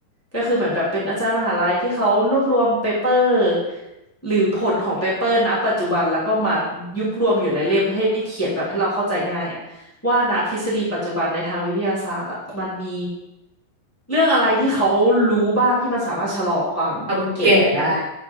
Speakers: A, in the centre; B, on the right.
A: ก็คือเหมือนแบบเป็นอาจารย์มหาลัยที่เขารวบรวมเปเปอร์หรือผลของเปเปอร์ณปัจจุบันแล้วก็มายุบรวมอยู่ในเล่มให้เขียนแบบให้เราเข้าใจง่ายอะว่าณทฤษฎีปัจจุบันในทางวิทยาศาสตร์อะมันมีเรื่องอะไรที่เขารู้บ้างที่มันสามารถชะลอความแก่แล้วก็
B: ทำแก่ได้